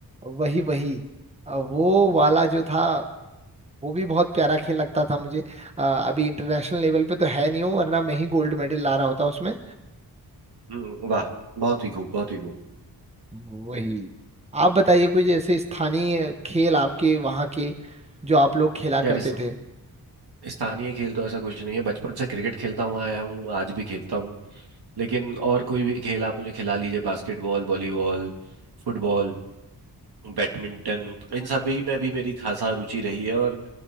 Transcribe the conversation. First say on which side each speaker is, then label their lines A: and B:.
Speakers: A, on the right; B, on the right.
A: वही वही अ, वो
B: हम्म,
A: वाला जो था वो भी बहुत प्यारा खेल लगता था मुझे अ, अभी इंटरनेशनल लेवल पे तो है नहीं हो वरना मैं ही गोल्ड मेडल ला रहा होता उसमें
B: हम्म, वाह बहुत ही खूब बहुत ही खूब
A: वही आप बताइए कुछ ऐसे स्थानीय खेल आपके वहाँ के जो आप लोग खेला
B: यार
A: करते
B: इस
A: थे
B: स्थानीय खेल तो ऐसा कुछ नहीं है बचपन से क्रिकेट खेलता हुआ आया हूँ आज भी खेलता हूँ लेकिन और कोई भी खेल आप मुझे खिला लीजिए बास्केटबॉल वॉलीबॉल फुटबॉल बैडमिंटन इन सब भी में भी मेरी खासा रुचि रही है और